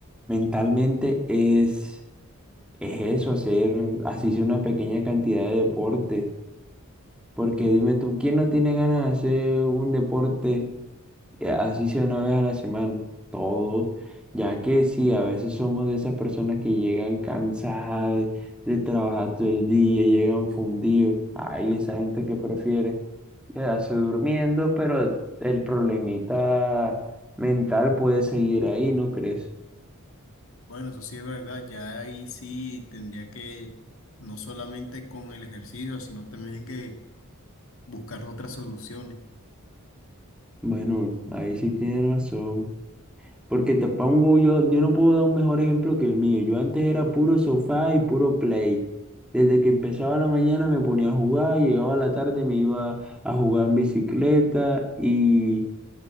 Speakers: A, in the centre; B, on the left.
A: mentalmente es, es eso, hacer, así sea una pequeña cantidad de deporte. Porque dime tú, ¿quién no tiene ganas de hacer un deporte eh, así sea una vez a la semana, todos, ya que sí, a veces somos de esas personas que llegan cansadas de, de trabajar todo el día, llegan fundidos. Hay esa gente que prefiere quedarse durmiendo, pero el problemita mental puede seguir ahí, ¿no crees?
B: Bueno, eso sí es verdad. Ya ahí sí tendría que, no solamente con el ejercicio, sino también que buscar otras soluciones.
A: Bueno, ahí sí tienes razón. Porque te pongo yo, yo no puedo dar un mejor ejemplo que el mío. Yo antes era puro sofá y puro play. Desde que empezaba la mañana me ponía a jugar, llegaba a la tarde me iba a jugar en bicicleta y,